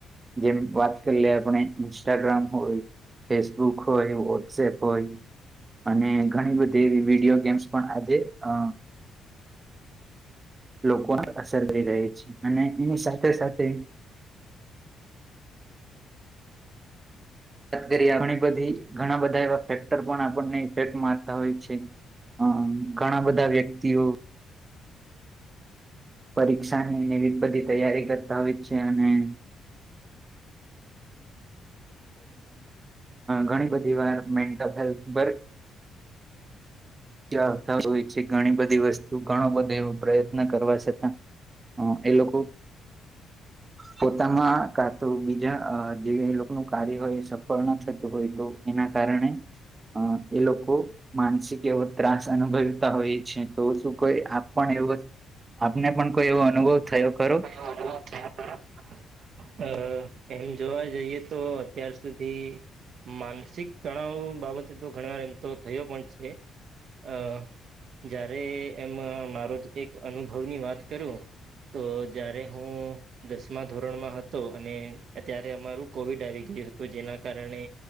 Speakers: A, on the right; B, on the right.
A: જેમ વાત કરી લઈએ, આપણે ઇન્સ્ટાગ્રામ હોય, ફેસબુક હોય. સેપ હોય અને ઘણી બધી વિડીયો ગેમ્સ પણ આજે અ લોકોને અસર કરી રહે છે અને એની સાથે સાથે <unintelligible> ઘણી બધી ઘણા બધા એવા ફેક્ટર પણ આપણને ઇફેક્ટમાં આવતા હોય છે. હ, ઘણા બધા વ્યક્તિઓ પરીક્ષા નેને બધી તૈયારી કરતા હોય છે, અને ઘણી બધી વાર મેન્ટલ હેલ્થ પર જવાબદાર હોય છે ઘણી બધી વસ્તુ ઘણો બધો એવો પ્રયત્ન કરવા છતાં હ એ લોકો પોતામાં કા તો બીજા જે લોકોનું કાર્ય હોય, એ સફળ ના થતું હોય તો. એના કારણે અ એ લોકો માનસિક એવ ત્રાસ અનુભવતા હોય છે તો શું કોઈ આપ પણ એવો આપને પણ કોઈ એવો અનુભવ થયો ખરું.
B: હ છે. અ એમ જોવા જઈએ તો, અત્યાર સુધી માનસિક તણાવ બાબતે તો ઘણી વાર એમ તો થયો પણ છે. અ જ્યારે એમ મારો જ એક અનુભવની વાત કરુ તો જારે હું દસમા ધોરણમાં હતો અને અત્યારે અમારું કોવિડ આવી ગયું હતું જેના કારણે